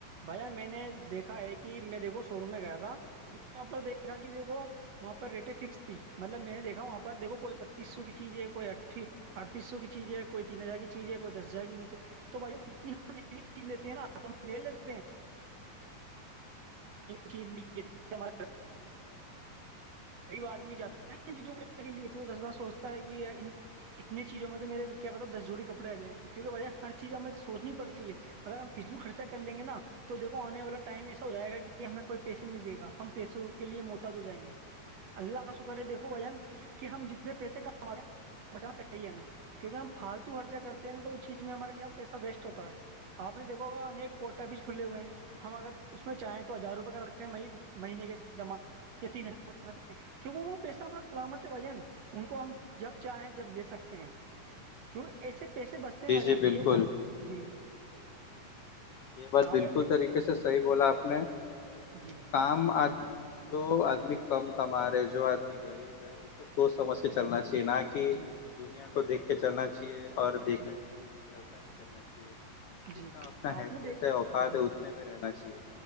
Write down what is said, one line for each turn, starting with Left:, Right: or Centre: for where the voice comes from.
Right: بھیا میں نے دیکھا ہے کہ میں دیکھو شو روم میں گیا تھا وہاں پر دیکھا کہ دیکھو وہاں پر ریٹیں فکس تھی مطلب میں نے دیکھا وہاں پر دیکھو کوئی بتیس
Left: ہوں
Right: سو کی چیز ہے کوئی ا ٹھیک اڑتیس سو کییز ہے کوئی تین ہزار کی چیز ہے کوئی دس ہزار کی چیز ہے تو بھ جتنیی لیتے ہیں نا تو مل لی چیز لی ہم <inaudible> غریب آدمی
Left: ہوں
Right: جاتا ہے ان چیزوں کو لینے کے لیے تو وہ دس بار سوچتا ہے کہ اتنی چیزوں میں تویرے کیا پتا دس جوڑی کپڑے آ جائیںے کیونکہجہ ہر چیز ہمیں سوچنی پڑتی ہے اگر ہم پچھل خرچ کر لیں گے تو دیکھو آنے والا ٹائم ایسا ہو جائے گا کہ ہمیں کوئی پیسے نہیں دے گا ہم پیسوں کے لیے محتاد ہو جائیں گے اللہ کا شکر ہے دیکھو
Left: ہوں۔
Right: وین کہ ہم جتنے پیسے کماے ہیں بتانا چاہیے ہمیں کیونکہ ہم فالتو خرچہ کرتے ہیں نا تو اس چیز میں ہمارا کیا پیسہ ویسٹ ہوتا ہے آپ نے دیکو گا بس کھلے ہوئے ہیں ہم اگر اس میں چاہیں تو ہزار روپئے کا رکھتے ہیں مہینے کے جمع یہ تین کیونکہ وہ پیشہامہ سلامت ہے وجن ان کو ہم جب چاہیں جب لے سکتے ہیں کیوں ایسے پیسے بچتے ہیں
Left: جی
Right: وجہ
Left: جی
Right: میں
Left: بالکل
Right: کیونکہ جی
Left: یہ بات
Right: آپ
Left: بالکل
Right: نے دیکھ
Left: طریقے سے صحیح بولا آپ نے
Right: جی
Left: کام آ تو آدمی کم کما رہے جو آدمی غریب ہے اس کو سوچ سمجھ کے
Right: جی
Left: چلنا چاہیے نہ کہ
Right: جی
Left: دنیا کو دیکھ کے چلنا چاہیے اور دیکھا
Right: جی
Left: اسک میں خرچہ نہیں کرنا چاہیے جتنا
Right: جی
Left: اپنا
Right: آپ
Left: حیثیت
Right: نے دیکھ
Left: ہے اوقات
Right: جی
Left: ہے اتنے میں رہنا چاہیے